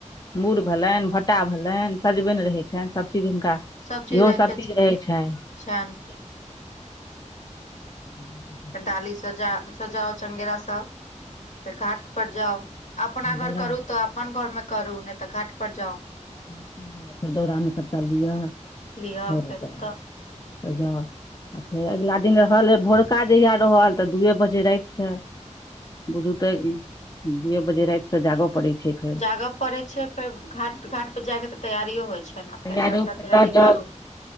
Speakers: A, on the left (about 30°); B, on the left (about 70°).
A: मुर भेलनि भाटा भेलनि सजबनि रहै छनि सभ चीज हुनका
B: सब चीज
A: इहो
B: रहिते छै
A: रहै छनि
B: छनि
A: <inaudible> <inaudible>
B: डाली सजा सजाओ चंगेरा सब फेर घाट पर जाउ अपना
A: दौरा
B: घर करू तऽ अपन घर मे करू नहि तऽ घाट पर जाउ
A: फर दोड़ा मे सब टा लियऽ
B: लिअ
A: त
B: फेर ओतऽ
A: सजाउ आ फेर अगिला दिन रहल भोरका जहिया रहल तऽ दूए बजे राति से बुझू तऽ एउ दुए बजे राति सँ जागऽ पड़ैत छै फेर
B: जागऽ पड़ै छै फेर घाट घाट पर जाय केँ तऽ तैयारियो होय छै न
A: तैयारो
B: फेर सबटा तैयारी
A: लऽ जाउ
B: करू